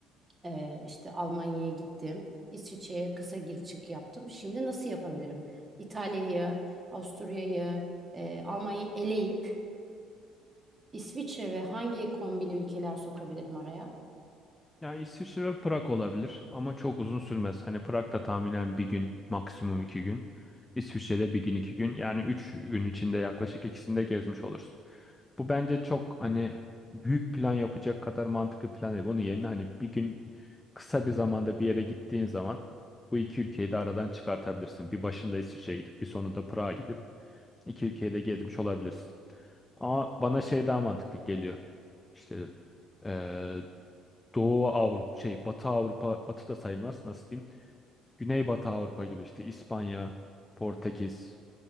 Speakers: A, on the right; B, on the left.
A: e, işte Almanya'ya gittim. İsviçre'ye kısa gir çık yaptım. Şimdi nasıl yapabilirim? İtalya'yı, Avusturya'yı, e, Almanya'yı eleyip İsviçre ve hangi kombine ülkeler sokabilirim araya?
B: Yani İsviçre ve Prag olabilir ama çok uzun sürmez. Hani Prag'da tahminen bir gün, maksimum iki gün. İsviçre'de bir gün, iki gün. Yani üç gün içinde yaklaşık ikisini de gezmiş olursun. Bu bence çok hani büyük plan yapacak kadar mantıklı plan değil. Bunun yerine hani bir gün kısa bir zamanda bir yere gittiğin zaman bu iki ülkeyi de aradan çıkartabilirsin. Bir başında İsviçre'ye gidip bir sonunda Prag'a gidip iki ülkeyi de gezmiş olabilirsin. Ama bana şey daha mantıklı geliyor. İşte eee, Doğu Avrupa şey Batı Avrupa Batı da sayılmaz nasıl diyeyim Güneybatı Avrupa gibi işte İspanya Portekiz